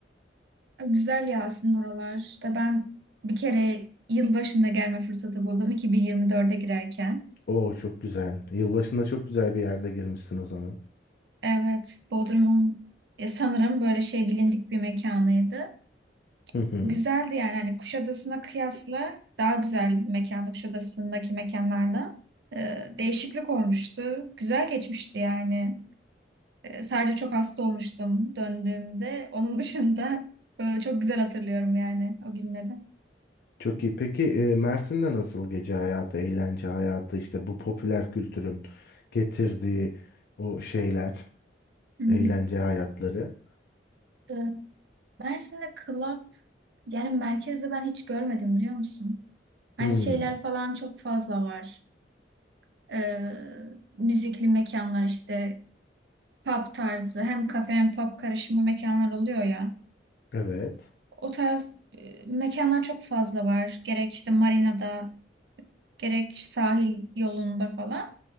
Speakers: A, on the right; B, on the left.
A: Güzel ya aslında oralar. İşte ben bir kere yılbaşında gelme fırsatı buldum 2024'e girerken.
B: Oo çok güzel. Yılbaşında çok güzel bir yerde girmişsin o zaman.
A: Evet, Bodrum'un e, sanırım böyle şey bilindik bir mekanıydı.
B: Hı hı.
A: Güzeldi yani hani Kuşadası'na kıyasla daha güzel bir mekandı Kuşadası'ndaki mekanlardan. Ee, değişiklik olmuştu. Güzel geçmişti yani. Ee, sadece çok hasta olmuştum döndüğümde. Onun dışında e, çok güzel hatırlıyorum yani o günleri.
B: Çok iyi. Peki e, Mersin'de nasıl gece hayatı, eğlence hayatı, işte bu popüler kültürün getirdiği o şeyler,
A: Hı hı.
B: eğlence hayatları?
A: Ee, Mersin'de club yani merkezde ben hiç görmedim biliyor musun? Hani
B: Hmm,
A: şeyler falan çok fazla var. e, müzikli mekanlar işte pub tarzı hem kafe hem pub karışımı mekanlar oluyor ya.
B: evet.
A: O tarz e, mekanlar çok fazla var. Gerek işte marinada, gerek sahil yolunda falan.